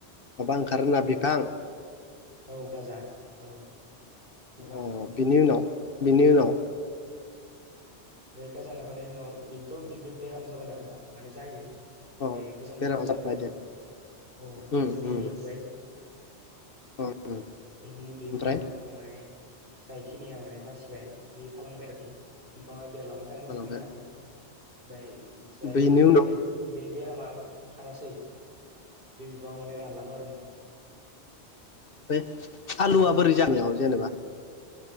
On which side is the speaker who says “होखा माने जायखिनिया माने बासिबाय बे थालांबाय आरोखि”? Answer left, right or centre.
Right